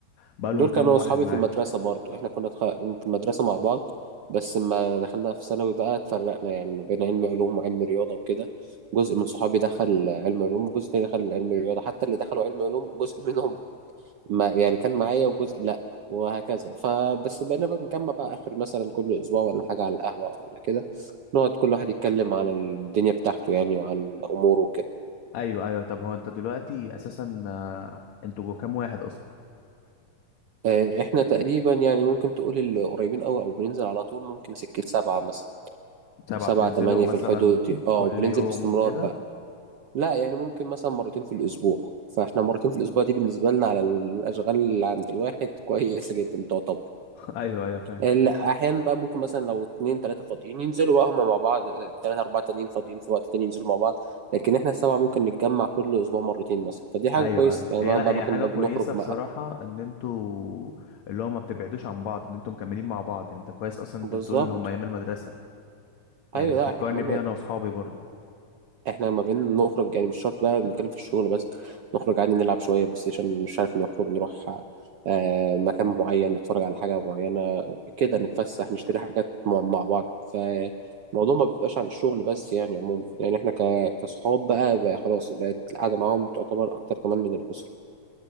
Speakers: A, on the left (about 60°); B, on the right (about 75°).
A: بقالهم كام
B: كانوا اصحابي
A: واحد معاك
B: في المدرسه برضو احنا كنا تخ... في المدرسه مع بعض بس لما دخلنا في ثانوي بقى اتفرقنا يعني ما بين علم علوم وعلم رياضه وكده جزء من صحابي دخل علم علوم وجزء تاني دخل علم رياضه حتى اللي دخلوا علم علوم جزء منهم ما يعني كان معايا وجزء لا وهكذا فبس بقينا بقى بنجمع بقى اخر مثلا كل اسبوع ولا حاجه على القهوه ولا كده نقعد كل واحد يتكلم على الدنيا بتاعته يعني وعن اموره وكده
A: ايوه ايوه طب هو انت دلوقتي اساسا آه، انتوا كام واحد اصلا
B: آه، احنا تقريبا يعني ممكن تقول القريبين قوي او بننزل على طول ممكن سكه سبعة مثلا
A: سبعة
B: سبعة
A: بتنزلوا
B: تمانية
A: مثلا
B: في الحدود دي اه
A: كل
B: بننزل
A: يوم
B: باستمرار
A: وكده
B: بقى لا يعني ممكن مثلا مرتين في الاسبوع فاحنا مرتين في الاسبوع دي بالنسبه لنا على الاشغال اللي عند الواحد كويسه جدا تعتبر
A: <laughs> ايوه ايوه فاهم
B: لا احيانا بقى ممكن مثلا لو اتنين تلاتة فاضيين ينزلوا بقى هما مع بعض تلاتة اربعة تانيين فاضيين في وقت تاني ينزلوا مع بعض لكن احنا السبعة ممكن نتجمع كل اسبوع مرتين مثلا فدي حاجة
A: ايوه
B: كويسة
A: ايوه
B: يعني
A: هي
B: ما
A: لا
B: بقى
A: هي
B: ما كان-
A: حاجه
B: ما
A: كويسه
B: بنخرج
A: بصراحه
B: بقى
A: ان انتوا اللي هو ما بتبعدوش عن بعض ان انتوا مكملين مع بعض يعني انت كويس اصلا
B: بالظبط
A: انت بتقول اللي هم ايام المدرسه يعني
B: ايوه
A: بتفكرني
B: لا احنا كمان
A: بيها انا واصحابي برضو
B: احنا ما بين نخرج يعني مش شرط بقى بنتكلم في الشغل بس نخرج عادي نلعب شوية بلاي ستيشن مش عارف نخرج نروح آه، مكان معين نتفرج على حاجة معينة كده نتفسح نشتري حاجات مع مع بعض فالموضوع ما بيبقاش عن الشغل بس يعني عموما يعني احنا ك- كصحاب بقى, بقى خلاص بقت القعدة معاهم تعتبر أكتر كمان من الأسرة